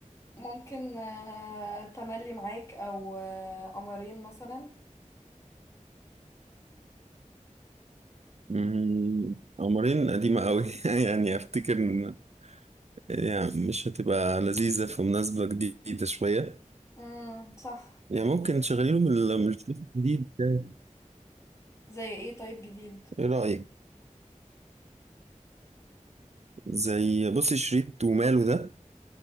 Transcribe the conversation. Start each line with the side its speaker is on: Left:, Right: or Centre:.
Left: ممكن آه، تملي معاك او آه، قمرين مثلا
Right: مم، قمرين قديمة أوي <laughs> يعني أفتكر إن- يعني مش هتبقى لذيذة في مناسبة جديدة شوية
Left: امم صح
Right: يعني ممكن تشغلي له من ال- من الشريط الجديد ده
Left: زي ايه طيب جديد
Right: إيه رأيك زي بصي شريط وماله ده